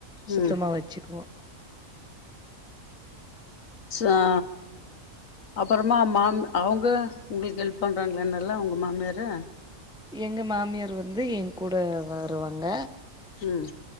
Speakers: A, in the centre; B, on the left (about 75°).
A: சுத்தமா
B: ம்
A: வச்சுக்குவோ
B: ஆ அப்றமா மாம் அவுங்க உங்களுக்கு ஹெல்ப் பண்றாங்களா என்னல்ல உங்க மாமியாரு
A: எங்க மாமியார் வந்து எங்கூட வருவாங்க
B: ம்